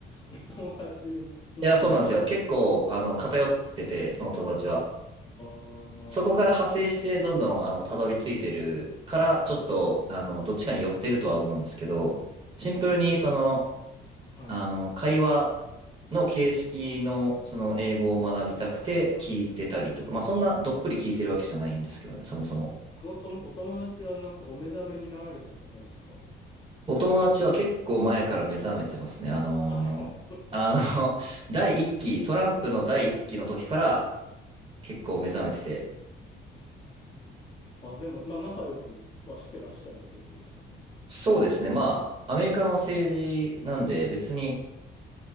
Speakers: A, on the left; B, on the right.
A: <laughs> 友達何なんだ
B: いや、そうなんですよ。結構、あの、偏ってて、その友達は。
A: あー
B: そこから派生してどんどんあのたどり着いてるからちょっとあのどっちかに寄ってるとは思うんですけどシンプルにその
A: えそのはい。
B: あの会話
A: はい
B: の形式のその英語を学びたくて聞いてたりとかまあそんなどっぷり聞いてるわけじゃないんですけどねそもそも
A: はいはい。このとお友達はなんかお目覚めになられた方ですか
B: お友達は結構前から目覚めてますねあのーあの
A: あ、そう。
B: <laughs> 第一期トランプの第一期の時から結構目覚めてて
A: あ、でも、まあ、仲良くはしてらっしゃるってことですよね。
B: そうですねまあアメリカの政治なんで別に